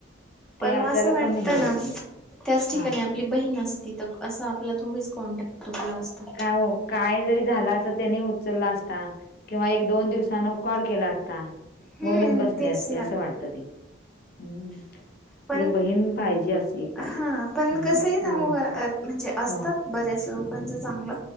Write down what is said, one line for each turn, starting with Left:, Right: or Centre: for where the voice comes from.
Centre: पण
Left: ते आपल्याला
Centre: मग असं वाटतं
Left: पण हे होत
Centre: ना
Left: नाही
Centre: त्याच ठिकाणी
Left: हा
Centre: आपली बहीण असती तर असं आपला थोडीच कॉन्टॅक्ट तूटला असत?
Left: काय हो काय जरी झालं असं त्याने उचलला असता किंवा एक दोन दिवसान कॉल केला असता
Centre: हम्म
Left: बोलून बसले
Centre: तेच
Left: असते असं वाटत ते हम्म
Centre: ह <inaudible> पण
Left: ते बहीण पाहिजे असे एखादी
Centre: हा पण
Left: म्हणजे
Centre: कसही सांगू
Left: मना
Centre: का म्हणजे असतात
Left: हो
Centre: बरेच लोक पच चांगलं